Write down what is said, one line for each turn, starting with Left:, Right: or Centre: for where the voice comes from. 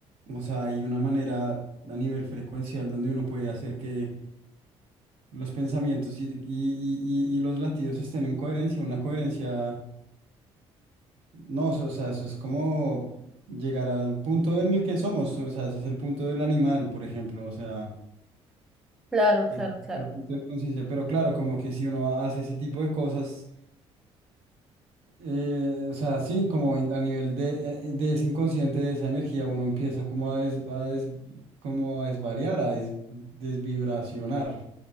Right: o sea, hay una manera a nivel frecuencial donde uno puede hacer que los pensamientos y, y- y- y- y los latidos estén en coherencia, una coherencia, no, o sea, eso es como llegar al punto en el que somos, o sea, ese es el punto del animal, por ejemplo, o sea,
Centre: Claro,
Right: es
Centre: claro, claro.
Right: otro punto de conciencia, pero claro, como que si uno hace ese tipo de cosas, eh, o sea, sí, como in- a nivel de, eh, de ese inconsciente, de esa energía, uno empieza como a, des- a des- como a desvariar, a des- desvibracionar.